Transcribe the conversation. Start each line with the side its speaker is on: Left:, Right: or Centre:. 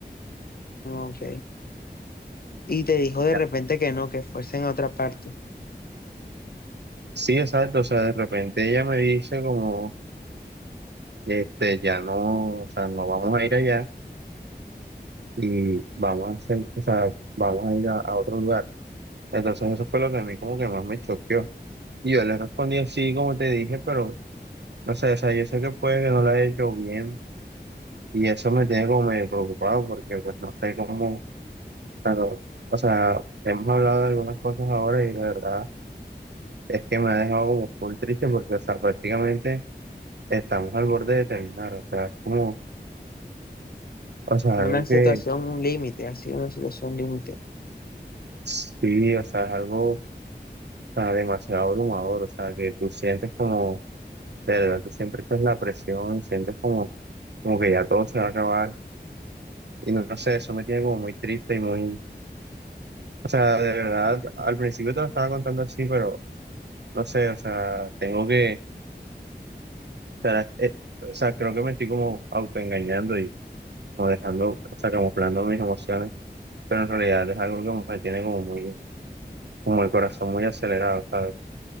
Left: Ah, Ok. Y te dijo de
Right: Ya.
Left: repente que no, que fuese en otra parte.
Right: Sí, exacto, o sea, de repente ella me dice como, este, ya no, o sea, no vamos a ir allá y vamos a hacer, o sea, vamos a ir a a otro lugar. Entonces eso fue lo que a mí como que más me choqueó. Y yo le respondí así como te dije, pero no sé, o sea, yo sé que puede que no lo haya hecho bien y eso me tiene como medio preocupado porque pues no sé cómo, pero, o sea, hemos hablado de algunas cosas ahora y la verdad es que me ha dejado como full triste porque, o sea, prácticamente estamos al borde de terminar, o sea, es como, o sea,
Left: Una
Right: algo que
Left: situación, un límite, así, una situación límite.
Right: sí, o sea, es algo, o sea, demasiado abrumador, o sea, que tú sientes como De verdad, tú siempre estás la presión, sientes como, como que ya todo se va a acabar. Y no, no sé, eso me tiene como muy triste y muy... O sea, de verdad, al principio te lo estaba contando así, pero no sé, o sea, tengo que... O sea, eh, o sea, creo que me estoy como autoengañando y como dejando, o sea, camuflando mis emociones, pero en realidad es algo que me tiene como muy, como el corazón muy acelerado, ¿sabes?